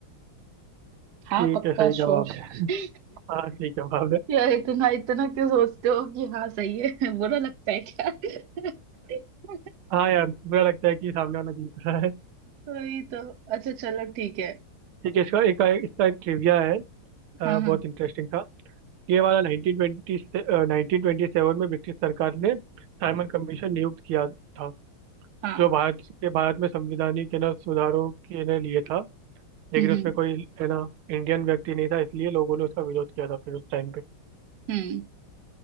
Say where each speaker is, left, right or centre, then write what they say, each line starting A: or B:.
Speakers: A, on the right; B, on the right.
A: हाँ
B: ठीक
A: पक्का
B: है सही जवाब
A: श्योर
B: है
A: <laughs>
B: हाँ सही जवाब है
A: यार इतना इतना क्यों सोचते हो कि हाँ सही है <laughs> बुरा लगता है क्या <laughs>
B: हाँ यार बुरा लगता है कि सामने वाला जीत रहा है
A: वही तो अच्छा चलो ठीक है
B: ठीक है इसका एक इसका ट्रिविया है अ,
A: हाँ
B: बहुत
A: हाँ
B: इंटरेस्टिंग था ये वाला 1920 से अ, 1927 में ब्रिटिश सरकार ने साइमन कमीशन नियुक्त किया था
A: हाँ
B: जो भारत के भारत में संविधानिक है ना सुधारों के ने लिए था लेकिन
A: हम्म
B: उसमें
A: हम्म
B: कोई है ना इंडियन व्यक्ति नहीं था इसलिए लोगों ने उसका विरोध किया था फिर उस टाइम पे
A: हम्म।